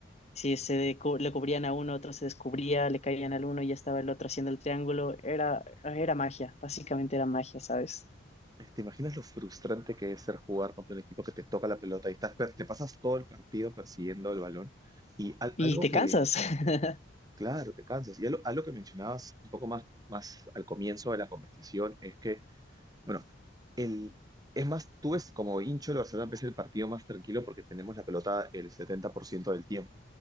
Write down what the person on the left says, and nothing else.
Si se decu- le cubrían a uno, otro se descubría, le caían al uno y ya estaba el otro haciendo el triángulo. Era, era magia, básicamente era magia, ¿sabes?
Y
te
cansas. <laughs>